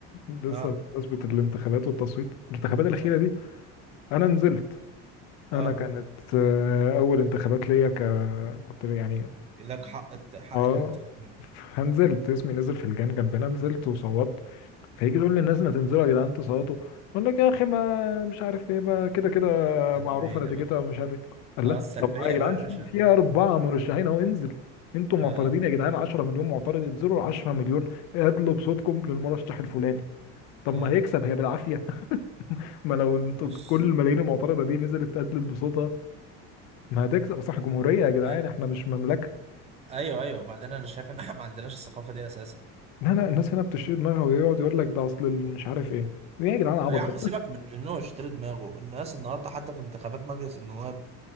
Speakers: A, on the left; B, on the right.
A: لسه
B: اه
A: بمناسبه الانتخابات والتصويت الانتخابات الاخيره
B: اه
A: دي انا نزلت انا
B: آه.
A: كانت آه، اول انتخابات ليا ك كنت يعني
B: لك حق الت- حق
A: اه
B: الانتخابات
A: فنزلت اسمي نزل في الجان جنبنا نزلت وصوت فيجي يقول للناس ما تنزلوا يا جدعان تصوتوا اقول لك يا اخي ما مش عارف ايه ما كده كده
B: سلبية
A: معروفه نتيجتها
B: بقى
A: ومش عارف ايه قال
B: اه
A: لا
B: السلبية
A: طب ما يا جدعان
B: بقى يا
A: في
B: باشا
A: في
B: اه
A: اربعه مرشحين اهو انزل انتوا معترضين
B: اه,
A: يا جدعان 10 مليون معترض انزلوا ال 10 مليون ادلوا بصوتكم للمرشح الفلاني طب
B: آه.
A: ما هيكسب هي بالعافيه <laughs> ما لو انتوا
B: بص
A: كل الملايين المعترضه دي نزلت ادلت بصوتها ما هتكسب صح جمهوريه يا جدعان
B: آه.
A: احنا مش مملكه
B: ايوه ايوه بعدين انا شايف ان <laughs> احنا ما عندناش الثقافة دي اساسا
A: لا لا الناس هنا بتشيل دماغها ويقعد يقول لك ده اصل ال- مش عارف ايه ايه يا جدعان العبط
B: يا
A: ده
B: عم سيبك من ان هو يشتري دماغه الناس النهارده حتى في انتخابات مجلس النواب